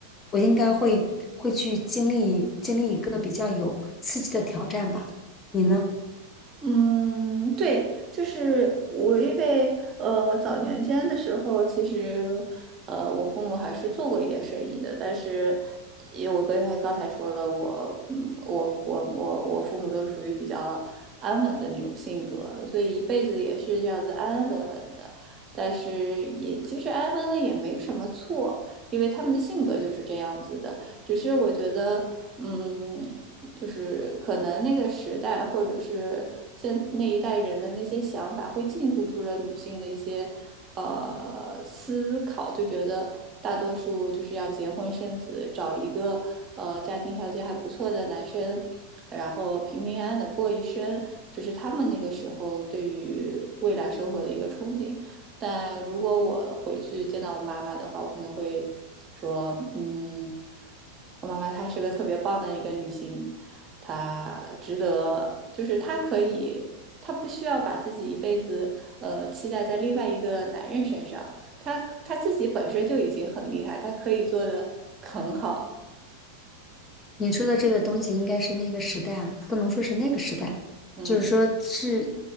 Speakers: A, on the left; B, on the right.
A: 我应该会会去经历经历一个比较有刺激的挑战吧，你呢？
B: 嗯，对，就是我，因为呃，我早年间的时候，其实呃，我父母还是做过一点生意的，但是也我跟刚才说了，我嗯，我我我我父母都是属于比较安稳的那种性格，所以一辈子也是这样子安安稳稳的。但是也其实安稳了也没什么错，因为他们的性格就是这样子的，只是我觉得。嗯，就是可能那个时代或者是现那一代人的那些想法，会禁锢住了女性的一些呃思考，就觉得大多数就是要结婚生子，找一个呃家庭条件还不错的男生，然后平平安安的过一生，这是他们那个时候对于未来生活的一个憧憬。但如果我回去见到我妈妈的话，我可能会说，嗯，我妈妈她是个特别棒的一个女性，他值得，就是他可以，他不需要把自己一辈子呃期待在另外一个男人身上，他他自己本身就已经很厉害，他可以做的很好，
A: 你说的这个东西应该是那个时代啊，不能说是那个时代，
B: 嗯
A: 就是说是